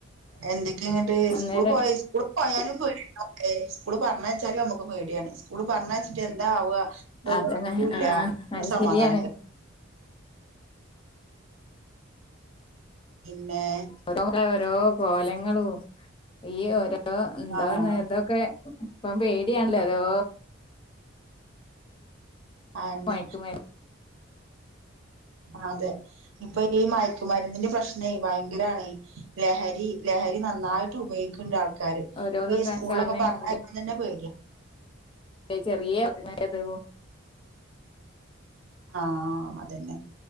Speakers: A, on the right; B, on the left.
A: എന്തൊക്കെയ ഇങ്ങിട്ട്
B: അന്നേരം
A: സ്കൂൾ പോയ സ്കൂൾ പോയാലും പോ ഓ സ്കൂൾ പറഞ്ഞ വെച്ചാലും നമുക്ക് പേടിയാണ് സ്കൂള് പറഞ്ഞ വെച്ചിട്ട് എന്താവവുക ഇതൊന്നും
B: അതന്നെ
A: അറിയൂല്ല
B: ആഹ്
A: ഒരു
B: അത്
A: സമാധാനൊക്കെടാ
B: ശരിയാണ്
A: പിന്നെ
B: ഓരോ ഓരോ കോലങ്ങളും ഈ ഓരോ എന്താ
A: ആഹ്
B: ഇതൊക്കെ ഇപ്പം പേടിയണല്ലോരോ
A: ആതന്നെ
B: മയക്കുമരുന്ന്
A: അതെ ഇപ്പൊ ഈ മയക്കുമരുന്നിന്റെ പ്രശ്നേ ഭയങ്കരാണ് ലഹരി ല നന്നായിട്ട് ഉപയോഗിക്കണ്ട് ആൾക്കാാര്
B: ഓരോന്നും
A: അപ്പ ഈസ്കൂളിലൊക്കെ
B: കാണുന്ന
A: പറഞ്ഞയക്കാൻ തന്നെ പേടിയ
B: ചെറിയ പിത്
A: ആഹ അതന്നെ